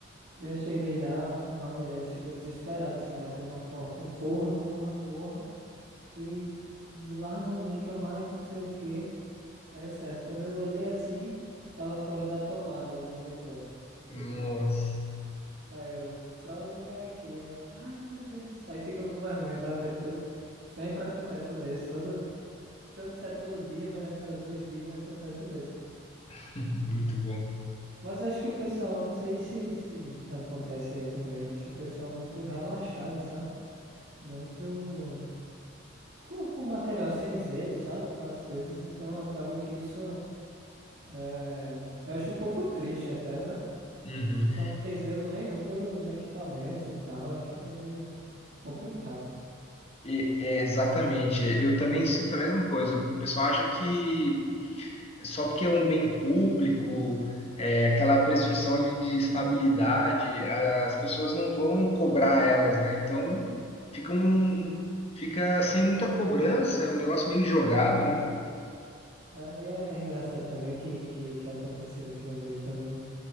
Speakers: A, on the right; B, on the left.
A: Então eu cheguei lá, a mulher chegou desesperada, assim, batendo na porta. Corra, corra, corra, que lá não liga mais, não sei o quê. Aí eu certo, quando eu olhei assim, tava fora da tomada o monitor. Tipo,
B: Nossa,
A: aí eu só ligar aqui. Ela, ai meu Deus do céu. Aí fica com vergonha, sabe? Depois sempre acontece um desses. Todo, se eu não disser todo dia, mas a cada dois dias acontece um desses.
B: <laughs> muito bom.
A: Mas eu acho que o pessoal, não sei se, se acontece aí também. Eu acho o pessoal muito relaxado, sabe? muito com, com material sem zelo, sabe? Com as coisas, então acaba que isso é, eu acho um pouco triste até, sabe?
B: Uhum.
A: O pessoal não tem zelo nenhum pelos equipamentos e tal, aí fica meio complicado.
B: E, é, exatamente, eu também sinto a mesma coisa. O pessoal acha que só porque é um bem público, é, aquela presunção ali de estabilidade, as pessoas não vão cobrar elas, né? Então fica, um, fica sem muita cobrança, é um negócio meio jogado, né?
A: É, e é, é engraçado também que, que o que aconteceu aqui uma vez também.